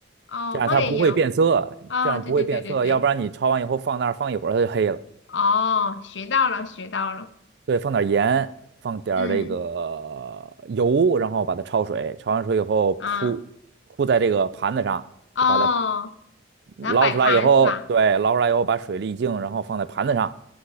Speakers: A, on the left; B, on the right.
A: 哦，
B: 这样它不会变色，
A: 放点油。哦，
B: 这样不会变色，
A: 对对对对对，
B: 要不然你焯完以后放那儿放一会儿它就黑了。
A: 哦，学到了学到了。
B: 对，放点盐，放点儿这个油，
A: 嗯，
B: 然后把它焯水，焯完水以后铺铺在这个盘子上，
A: 啊，哦，
B: 就把它捞出来以后，
A: 然后摆盘是吧？
B: 对，捞出来以后把水沥净，然后放在盘子上，